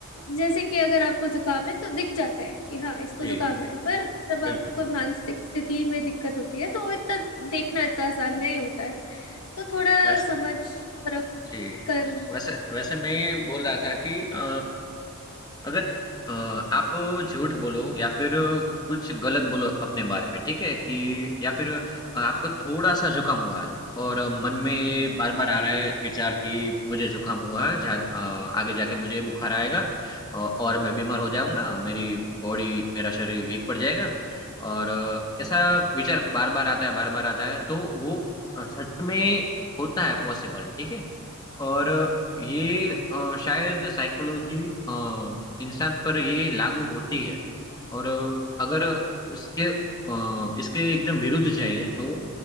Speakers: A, on the left (about 75°); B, on the left (about 20°).
A: जैसे कि अगर आपको जुकाम है तो दिख जाता है कि हाँ इसको
B: जी,
A: जुकाम है पर जब
B: बिल्कुल।
A: आपको मानसिक स्थिति में दिक्कत होती है तो वो इतना देखना इतना आसान नहीं होता है तो थोड़ा
B: वैस
A: समझ परख
B: जी,
A: कर
B: वैसे वैसे मैं ये बोल रहा था कि अ, अगर अ, आप झूठ बोलो या फिर कुछ गलत बोलो अपने बारे में ठीक है कि या फिर आपको थोड़ा सा जुकाम हुआ है और मन में ये बार बार आ रहा है विचार कि मुझे जुकाम हुआ है जा, अ, आगे जाके मुझे बुखार आएगा अ, और मैं बीमार हो जाऊंगा मेरी बॉडी मेरा शरीर वीक पड़ जाएगा और अ, ऐसा विचार बार बार आता है बार बार आता है तो वो अ, सच में होता है पॉसिबल ठीक है और ये अ, शायद साइकोलॉजी अ, इंसान पर ये लागू होती है और अगर उसके अ, इसके एकदम विरुद्ध जाइए तो